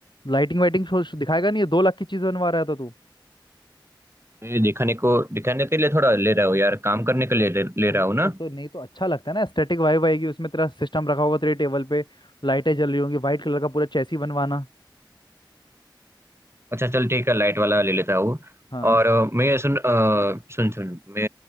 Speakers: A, on the left; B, on the right.
A: लाइटिंग वाइटिंग दिखाएगा नहीं ये दो लाख की चीज़ बनवा रहा था तू
B: ये दिखाने को दिखाने के लिए थोड़ा ले रहा हूँ यार काम करने के लिए ले, ले
A: और
B: रहा
A: तो,
B: हूँ ना
A: और तो नहीं तो अच्छा लगता है ना स्टैटिक वाइब आएगी उसमें तेरा सिस्टम रखा होगा तेरे टेबल पे लाइटें जल रही होंगी वाइट कलर का पूरा चेसी बनवाना
B: अच्छा चल ठीक है लाइट वाला ले लेता हूँ
A: हाँ
B: और अ, मैं ये सुन अ, सुन सुन मैं